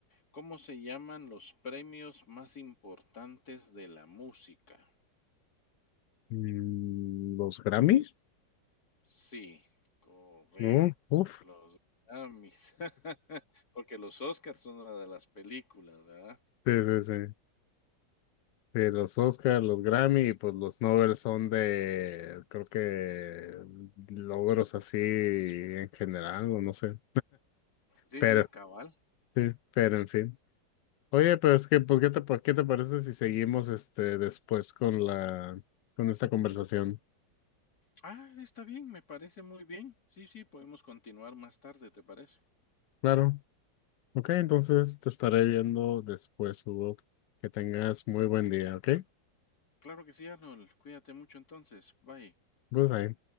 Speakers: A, on the left; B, on the left.
A: ¿Cómo se llaman los premios más importantes de la música?
B: Mm, ¿Los Grammys?
A: Sí, correcto.
B: No, uff.
A: Los Grammys. <laughs> Porque los Óscars son una de las películas, ¿verdad?
B: Sí, sí, sí. Sí, los Oscars, los Grammy y pues los Nobel son de, creo que logros así en general, o no sé.
A: Sí,
B: Pero,
A: sí, cabal.
B: sí, pero en fin. Oye, pero es que, pues, ¿qué te, pa- qué te parece si seguimos este después con la, con esta conversación?
A: Ah, está bien, me parece muy bien. Sí, sí, podemos continuar más tarde, ¿te parece?
B: Claro. Ok, entonces te estaré viendo después, Hugo. Que tengas muy buen día, ¿ok?
A: Claro que sí, Arnold. Cuídate mucho entonces. Bye.
B: Goodbye.